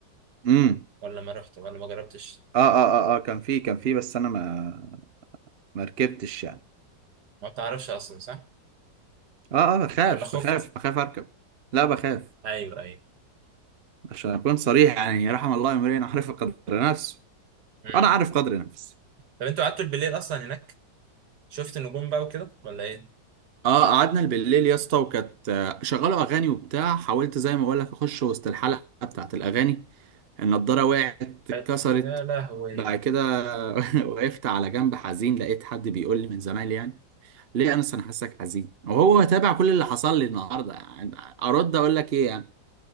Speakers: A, on the right; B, on the right.
A: امم
B: ولا ما رحت ولا ما جربتش
A: اه اه اه اه كان في كان في بس انا ما ما ركبتش يعني
B: ما تعرفش اصلا صح
A: اه اه بخاف
B: ولا خفت
A: بخاف بخاف اركب لا بخاف
B: ايوه ايوه
A: عشان اكون صريح يعني رحم الله امرئ عرف قدر نفسه
B: مم.
A: انا عارف قدر نفسي
B: طب انتوا قعدتوا بالليل اصلا هناك شفت النجوم بقى وكده ولا ايه
A: اه قعدنا بالليل يا اسطى وكانت آه، شغلوا اغاني وبتاع حاولت زي ما بقول لك اخش وسط الحلقه بتاعت الاغاني النضاره وقعت اتكسرت
B: حلو. يا لهوي
A: بعد كده <laughs> وقفت على جنب حزين لقيت حد بيقول لي من زمان يعني ليه يا انس انا حاسك حزين وهو تابع كل اللي حصل لي النهارده يعني ارد اقول لك ايه يعني